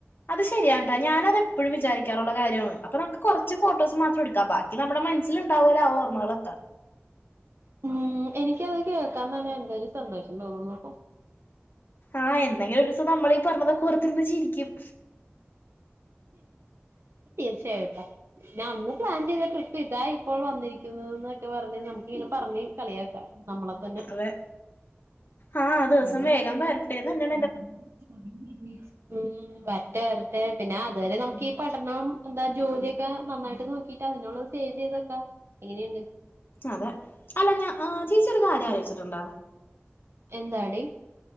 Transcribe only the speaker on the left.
അത് ശരിയാണിട്ടാ ഞാനതെപ്പഴും വിചാരിക്കാറുള്ള കാര്യയാണ് അപ്പൊ നമുക്ക് കൊറച്ച് ഫോട്ടോസുമാത്രം എടുക്കാം ബാ ഇത് നമ്മുടെ മനസ്സിലിണ്ടാവൂലാ ആ ഓർമ്മകളൊക്കെ
ആ എന്നെങ്കിലൊരു ദിവസം നമ്മൾ ഈ പറഞ്ഞതക്കെ ഓർത്തിരുന്ന് ചിരിക്കും.
അതെ ആ
ആ വരട്ടന്ന് ന്നെ.
അതെ അല്ല ഞാൻ ചേച്ചി ഒരു കാര്യം ആലോച്ചിട്ടുണ്ടോ?